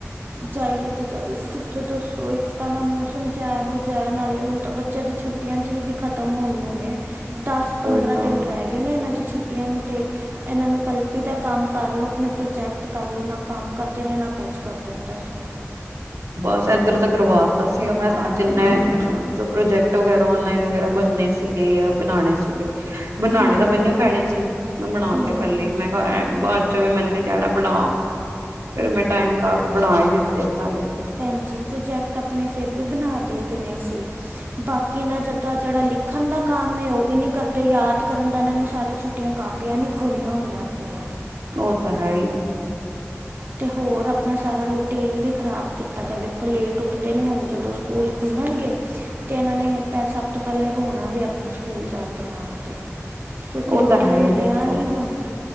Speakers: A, on the right (about 40°); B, on the right (about 80°).
A: ਜਾਈਏ ਤੇ ਜਾਈਏ ਕਿੱਥੇ? ਦੱਸੋ ਇੱਕ ਤਾਂ ਨਾ ਮੌਸਮ ਜਾ ਐਹੋੋ ਜਾ ਐ ਨਾਲੇ ਹੁਨ ਤਾਂ ਬ ਚੇੱ ਦੀ ਛੁੱਟੀਆਂ ਚ ਵੀ ਖ਼ਤਮ ਹੋਨ ਨੂੰ ਨੇ। ਦਸ ਪੰਦਰਾਂ
B: ਉਹੀ ਤਾਂ
A: ਦਿਨ ਰੈ ਗਏ ਨੇ ਏਨਾਂ ਦੀ ਛੁੱਟੀਆਂ ਨੂੰ ਤੇ ਏਨਾਂ ਨੂੰ ਕਲਪੀ ਦਾ ਕੰਮ ਕਰ ਲੋ ਅਪਣੇ ਪ੍ਰੋਜੈਕਟ ਕਰ ਲੋ ਨਾ ਕੰਮ ਕਰਦੇ ਨੇ ਨਾ ਕੁਛ ਕਰਦੇ ਨੇ ਦੱਸੋ।
B: ਬਸ ਏਧਰ ਤਾਂ ਕਰਵਾ ਦਿੱਤਾ ਸੀਗਾ ਮੈਂ ਜਿੰਨੇ ਜੋ ਪ੍ਰੋਜੈਕਟ ਵਗੈਰਾ ਓਨਲਾਈਨ ਵਗੈਰਾ ਬਨਨੇ ਸੀ। ਬਨਾਣੇ ਸੀਗੇ। ਬਨਾਣੇ
A: ਹੂੰ
B: ਤਾਂ ਮੈਨੂੰ ਈ ਪੈਣੇ ਸੀ। ਮੈਂ ਬਣਾ
A: ਹੂੰ
B: ਤੇ ਪੈਲੇ ਈ ਮੈਂ ਕੇਆ ਐ ਬਾਦ ਚ ਵੀ ਮੈਨੂੰ ਈ ਕੈਣਾ ਬਣਾ। ਫਿਰ ਮੈਂ ਟਾਈਮ ਲਾ ਕੇ ਬਣਾ ਈ ਦਿੱਤੇ ਸਾਰੇ।
A: ਭੈਣਜੀ ਪ੍ਰੋਜੈਕਟ ਅਪਣੇ ਫੇਰ ਵੀ ਬਨਾ ਦਈਦੇ ਨੇ ਅਸੀ। ਬਾਕੀ ਏਨਾਂ ਜਦਾਂ ਜੇੜਾ ਲਿਖਣ ਦਾ ਕੰਮ ਏ ਓ ਵੀ ਨੀ ਕਰਦੇ। ਯਾਦ ਕਰਨ ਦਾ ਏਨਾਂ ਨੇ ਸਾਰੀ ਛੁੱਟੀਆਂ ਕਾਪ ਪੀਆਂ ਨੀ ਖੋਲੀਆਂ ਹੋਣੀਆਂ ਅਪਣੀਆਂ।
B: ਓ ਤਾਂ ਹੈ ਈ।
A: ਤੇ ਹੋਰ ਅਪਣਾ ਸਾਰਾ ਰੂਟੀਨ ਵੀ ਖ਼ਰਾਬ ਕੀਤ ਤਾ ਦਾ ਏ। ਵੇਖੋ ਲੇਟ ਉੱਠਦੇ ਨੇ ਹੁਨ ਜਦੋਂ ਸਕੂਲ ਖੁੱਲਣਗੇ ਤੇ ਏਨਾਂ ਨੇ ਪੈ ਸਭ ਤੋਂ ਪੈਲੇ ਰੋਣਾ ਵੇ ਆਪਨਾ ਸਕੂਲ ਜਾਣ ਦੇ ਨਾਮ ਤੇ।
B: ਉਹ
A: ਕਿਉਂਕਿ ਰੋਟੀਨ
B: ਤਾਂ ਹੈ ਹੀ ਦੇਖੋ
A: ਰੇਆ ਨੀ ਹੁਣ